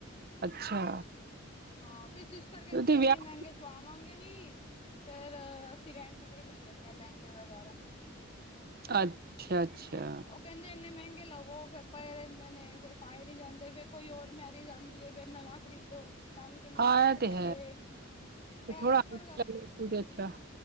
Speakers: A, on the right; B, on the left.
A: ਅੱਛਾ।
B: ਹਾਂ ਫਿਰ ਸਿਸਟਰ ਕਹਿੰਦੀ
A: ਤੇ
B: ਇੰਨੇ
A: ਵਿਆਹ
B: ਮਹਿੰਗੇ ਸਵਾਵਾਂਗੇ ਵੀ ਫੇਰ ਅਸੀਂ ਰੈਂਟ ਤੇ ਹੀ ਲੈ ਲੈਦੇ ਹ ਲਹਿੰਗੇ ਵਗੈਰਾ
A: ਅੱਛਾ, ਅੱਛਾ।
B: ਉਹ ਕਹਿੰਦੇ ਇੰਨੇ ਮਹਿੰਗੇ ਲਵੋ ਫਿਰ ਪਏ ਰਹਿੰਦੇ ਨੇ ਫਿਰ ਪਾਏ ਨਹੀਂ ਜਾਂਦੇ ਫਿਰ ਕੋਈ ਹੋਰ ਮੈਰਿਜ ਆਉਂਦੀ ਹੈ ਫਿਰ ਨਵਾਂ ਖਰੀਦੋ ਤਾਂ ਵੀ ਕਿੰਹਨੇ
A: ਹਾਂ
B: ਨਵਾਂ
A: ਇਹ
B: ਖਰੀਦੀਏ
A: ਤੇ ਹੈ
B: ਇਹ ਪੈਰ
A: ਤੇ ਥੋੜਾ
B: ਉੱਪਰ
A: ਤੇ
B: ਕਰ
A: ਅੱਛਾ